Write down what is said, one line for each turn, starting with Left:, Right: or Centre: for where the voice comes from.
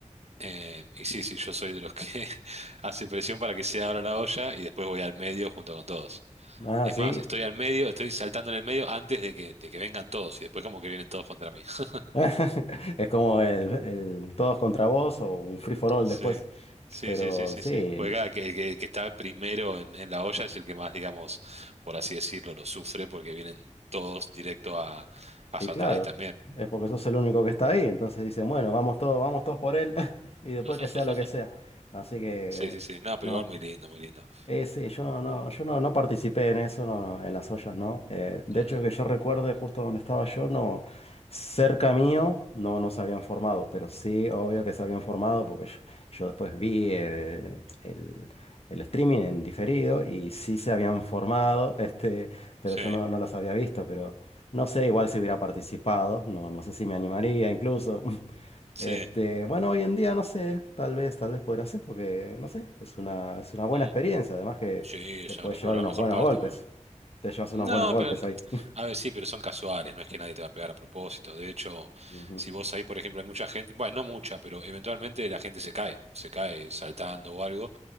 Right: Em, y sí, sí, yo soy de los que <laughs> hace presión para que se abra la olla y después voy al medio junto con todos.
Left: Ah,
Right: Es
Left: sí.
Right: más, estoy al medio, estoy saltando en el medio antes de que, de que vengan todos y después como que vienen todos contra mí. <laughs>
Left: <laughs> Es como el, el todos contra vos o un free for all
Right: Sí,
Left: después.
Right: sí,
Left: Pero
Right: sí, sí, sí,
Left: sí,
Right: sí. Pues claro, que, que, el que está primero en, en la olla es el que más, digamos, por así decirlo, lo sufre porque vienen todos directo a, a
Left: Y
Right: saltar
Left: claro,
Right: ahí también.
Left: es porque sos el único que está ahí, entonces dicen, bueno, vamos todos, vamos todos por él, <laughs> y después
Right: <laughs>
Left: que sea lo que sea. Así que,
Right: Sí, sí, sí. No, pero
Left: no.
Right: igual muy lindo, muy lindo.
Left: Eh, sí, yo no, no, yo no, no participé en eso, no, no, en las ollas, ¿no? Eh, de
Right: Mm,
Left: hecho, que yo recuerde justo donde estaba yo, no, cerca mío, no, no se habían formado, pero sí, obvio que se habían formado, porque yo, yo después vi eh, el, el streaming en diferido y sí se habían formado, este, pero
Right: sí,
Left: yo no, no los había visto, pero no sé, igual si hubiera participado, no, no sé si me animaría incluso. <laughs>
Right: <laughs>
Left: Este,
Right: sí.
Left: bueno, hoy en día no sé, tal vez, tal vez podría ser, porque no sé, es una, es una buena
Right: Mm,
Left: experiencia. Además que
Right: sí,
Left: te
Right: es
Left: puedes
Right: una locura,
Left: llevar unos
Right: la mejor
Left: buenos
Right: parte
Left: golpes.
Right: para mí.
Left: Te llevas unos
Right: No,
Left: buenos golpes
Right: pero,
Left: ahí. <laughs>
Right: a ver, sí, pero son casuales, no es que nadie te va a pegar a propósito. De hecho,
Left: Ujú.
Right: si vos ahí, por ejemplo, hay mucha gente, bueno, no mucha, pero eventualmente la gente se cae, se cae saltando o algo.